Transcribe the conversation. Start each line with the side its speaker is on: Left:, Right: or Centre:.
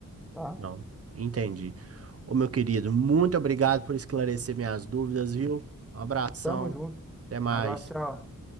Centre: tá?
Right: não, entendi. Ô, meu querido, muito obrigado por esclarecer minhas dúvidas, viu? Um abração,
Centre: Tamo junto.
Right: até mais.
Centre: Um abraço, tchau.